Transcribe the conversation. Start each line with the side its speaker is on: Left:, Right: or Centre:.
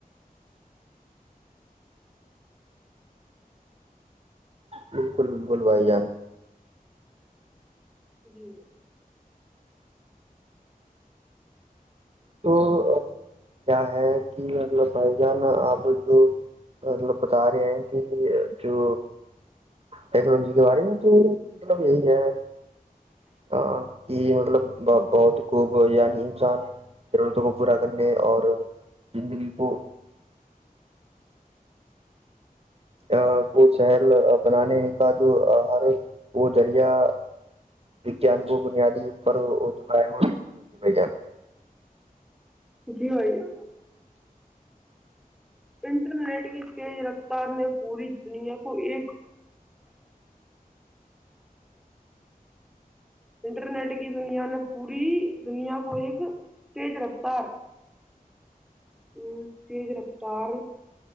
Right: بالکل بالکل بھائی جان
Centre: جی
Right: تو کیا ہے کہ مطلب بھائی جان آپ جو مطلب بتا رہے ہیں کہ جو ٹیکنالوجی کے بارے میں تو مطلب یہی ہے ہاں کہ مطلب ب بہت خوب ہو جاانی انسان ضرورتوں کو پورا کرنے اور زندگی کو ا کو شہر بنانے کا جو ہر وہ ذریعہ وجان کو بنیادیپ ج ب ج
Centre: جی بھیا انٹرنیٹ کی تیز رفتار نے پوری دنیا کو ایک انٹرنیٹ کی دنیا نے پوری دنیا کو ایک تیز رفتار ا تیز رفتار